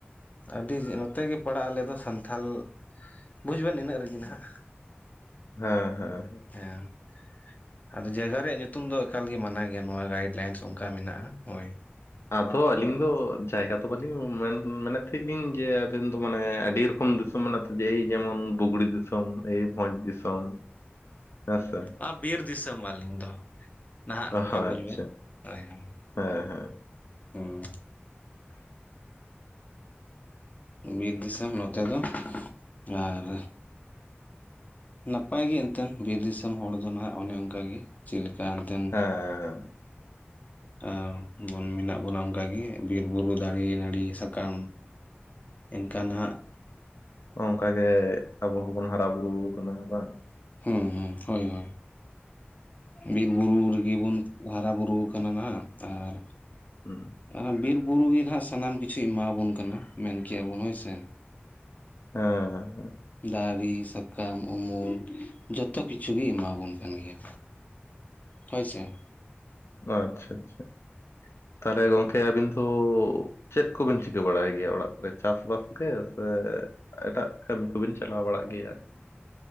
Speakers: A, on the left (about 40°); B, on the left (about 80°).
A: ᱟᱹᱰᱤ ᱱᱚᱛᱮ ᱜᱮ ᱯᱟᱲᱟᱜᱼᱟ ᱟᱞᱮ ᱫᱚ ᱥᱟᱱᱛᱷᱟᱞ ᱵᱩᱡᱽ ᱵᱮᱱ ᱤᱱᱟᱹᱜ ᱨᱮᱜᱮ ᱱᱟᱸᱜ
B: ᱦᱮ ᱦᱮ
A: ᱦᱮᱸ ᱟᱫᱚ ᱡᱟᱭᱜᱟ ᱨᱮᱭᱟᱜ ᱧᱩᱛᱩᱢ ᱫᱚ ᱮᱠᱟᱞ ᱜᱮ ᱢᱟᱱᱟ ᱜᱮᱭᱟ ᱱᱚᱣᱟ ᱜᱟᱭᱤᱰ ᱞᱟᱭᱤᱱᱥ ᱚᱱᱠᱟ ᱢᱮᱱᱟᱜᱼᱟ ᱦᱳᱭ
B: ᱟᱫᱚ ᱟᱹᱞᱤᱧ ᱫᱚ ᱡᱟᱭᱜᱟ ᱫᱚ ᱵᱟᱹᱞᱤᱧ ᱢᱮᱱᱮ ᱢᱮᱱᱮᱫ ᱛᱟᱦᱮᱸᱫ ᱞᱤᱧ ᱡᱮ ᱟᱵᱤᱱ ᱫᱚ ᱢᱟᱱᱮ ᱟᱹᱰᱤ ᱨᱚᱠᱚᱢ <unintelligible> ᱡᱮᱭ ᱡᱮᱢᱚᱱ ᱵᱩᱜᱲᱤ ᱫᱤᱥ ᱫᱤᱥᱚᱢ ᱮ ᱵᱷᱚᱡᱽ ᱫᱤᱥ ᱫᱤᱥᱚᱢ ᱫᱤᱥᱚᱢ ᱦᱮᱸᱥᱮ
A: ᱟᱨ ᱵᱤᱨ ᱫᱤᱥᱚᱢ ᱟᱹᱞᱤᱧ ᱫᱚ ᱱᱟᱦᱟᱸᱜ ᱱᱚᱝᱠᱟ
B: ᱦᱳᱭ
A: ᱵᱩᱡ
B: ᱟᱪᱪᱷᱟ
A: ᱵᱮᱱ ᱦᱳᱭ ᱦᱳᱭ
B: ᱦᱮᱸ ᱦᱮᱸ
A: ᱦᱩᱸ ᱵᱤᱨ ᱫᱤᱥᱚᱢ ᱱᱚᱛᱮ ᱫᱚ ᱟᱨ ᱱᱟᱯᱟᱭ ᱜᱮ ᱮᱱᱛᱮᱱ ᱵᱤᱨ ᱫᱤᱥᱚᱢ ᱦᱚᱲ ᱫᱚ ᱱᱟᱦᱟᱸᱜ ᱚᱱᱮ ᱚᱱᱠᱟᱜᱮ ᱪᱮᱫ ᱞᱮᱠᱟ ᱮᱱᱛᱮᱱ
B: ᱦᱮᱸ
A: ᱟ <unintelligible> ᱢᱮᱱᱟᱜ ᱵᱚᱱᱟ ᱚᱱᱠᱟᱜᱮ ᱵᱤᱨᱼᱵᱩᱨᱩ ᱫᱟᱨᱮ ᱱᱟᱹᱲᱤ ᱥᱟᱠᱟᱢ ᱮᱱᱠᱷᱟᱱ ᱦᱟᱸᱜ
B: ᱚᱱᱠᱟᱜᱮ ᱟᱵᱚ ᱦᱚᱸᱵᱚᱱ ᱦᱟᱨᱟ ᱵᱩᱨᱩ ᱠᱟᱱᱟ ᱵᱟᱝ
A: ᱦᱮᱸ ᱦᱮᱸ ᱦᱳᱭ ᱦᱳᱭ ᱵᱤᱨ ᱵᱩᱨᱩ ᱨᱮᱜᱮ ᱵᱚᱱ ᱦᱟᱨᱟ ᱵᱩᱨᱩ ᱟᱠᱟᱱᱟ ᱱᱟᱜ ᱟᱨ
B: <unintelligible>
A: ᱚᱱᱟ ᱵᱤᱨ ᱵᱩᱨᱩ ᱜᱮ ᱱᱟᱜ ᱥᱟᱱᱟᱢ ᱠᱤᱪᱷᱩᱭ ᱮᱢᱟᱵᱚᱱ ᱠᱟᱱᱟ ᱢᱮᱱ ᱠᱮᱭᱟᱵᱚᱱ ᱦᱳᱭᱥᱮ
B: ᱦᱮᱸ <unintelligible>
A: ᱫᱟᱨᱮ ᱥᱟᱠᱟᱢ ᱩᱢᱩᱞ ᱡᱚᱛᱚ ᱠᱤᱪᱷᱩ ᱜᱮᱭ ᱮᱢᱟᱵᱚᱱ ᱠᱟᱱ ᱜᱮᱭᱟ ᱦᱚᱭ ᱥᱮ
B: ᱟᱪᱪᱷᱟ ᱟᱪᱪᱷᱟ, ᱛᱟᱦᱚᱞᱮ ᱜᱚᱝᱠᱮ ᱟᱹᱵᱤᱱ ᱫᱚ ᱪᱮᱫ ᱠᱚᱵᱤᱱ ᱪᱤᱠᱟᱹ ᱵᱟᱲᱟᱭ ᱜᱮᱭᱟ ᱚᱲᱟᱜ ᱠᱚᱨᱮ ᱪᱟᱥᱵᱟᱥ ᱜᱮ ᱥᱮ? ᱮᱴᱟᱜ ᱠᱟᱹᱢᱤ ᱠᱚᱵᱤᱱ ᱪᱟᱞᱟᱣ ᱵᱟᱲᱟᱜ ᱜᱮᱭᱟ ᱟᱨᱠᱤ